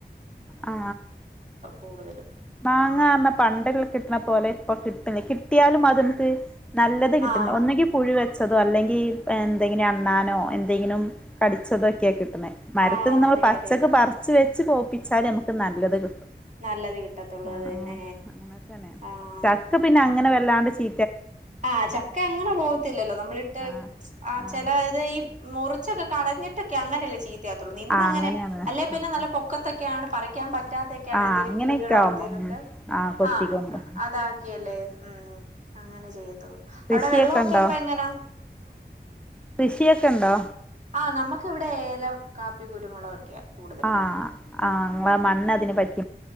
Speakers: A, in the centre; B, on the right.
A: ആ
B: കൂടുതലും
A: മാങ്ങ പണ്ട്ള്ള കിട്ടണ പോലെ ഇപ്പൊ കിട്ടണില്ല കിട്ടിയാലും അത് നമുക്ക് നല്ലത് കിട്ടില്ല
B: ആഹ്
A: ഒന്നെങ്കി പുഴ വെച്ചതോ അല്ലെങ്കിൽ എന്തെ അണ്ണാനോ എന്തെങ്കിലും കടിച്ചതോക്കെയാ കിട്ടണെ മരത്തിൽ
B: ആഹ്
A: നിന്ന് നമ്മൾ
B: അതെ
A: പച്ചക്ക്
B: അതെ
A: പറിച്ച് പോയ്പിച്ചാല് നമുക്ക് നല്ലത് കിട്ടും
B: നല്ലത് കിട്ടത്തുള്ളൂ
A: ആ
B: അത് തന്നെ
A: അങ്ങനെ തന്നെയാണ്
B: ആഹ്
A: ചക്ക പിന്നെ അങ്ങനെ വല്ലാണ്ട് ചീ
B: ആ ചക്ക അങ്ങനെ പോകത്തില്ലല്ലോ നമ്മളിട്ട്
A: ആഹ്
B: ആ
A: ആഹ്
B: ചെല ഇത് ഈ മുറിച്ചൊക്കെ കടഞ്ഞിട്ടൊക്കെ അങ്ങനെയല്ലേ ചീത്തയാകത്തുള്ളൂ നിന്ന്
A: ആഹ്
B: അങ്ങനെ
A: അങ്ങനെയാണ് ആഹ്
B: അല്ലെ പിന്നെ നല്ല പൊക്കത്തൊക്കെ ഒക്കെയാണ് പറക്കാൻ പറ്റാത്തൊക്കെയാണ്
A: ആഹ്
B: എന്തേലും
A: അങ്ങനെയൊക്കെ
B: കിളികളോ
A: ആവുമ്പോ
B: എന്തെങ്കലൊക്കെ
A: ഉം ആഹ് കൊത്തിക്കൊണ്ട്
B: ആ അതാക്കിയല്ലേ ഉം അങ്ങനെ ചെയ്യത്തൊള്ളോ
A: കൃഷിയൊക്കെ
B: അവിടെ വെള്ളൊക്കെ
A: ഉണ്ടോ
B: അപ്പ എങ്ങനാ
A: കൃഷിയൊക്കെ ഉണ്ടോ
B: ആ നമ്മക്ക് ഇവിടെ ഏലം കാപ്പി കുരുമുളകൊക്കെയാ കൂടുതലും
A: ആ ആ മണ്ണ് അതിനെ പറ്റി